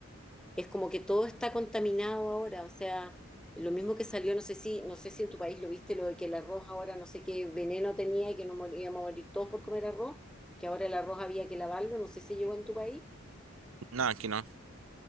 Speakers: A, in the centre; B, on the right.
A: es como que todo está contaminado ahora, o sea, lo mismo que salió, no sé si, no sé si en tu país lo viste, lo de que el arroz ahora no sé qué veneno tenía y que nos mor- íbamos a morir todos por comer arroz, que ahora el arroz había que lavarlo, no sé si llegó en tu país.
B: No, aquí no.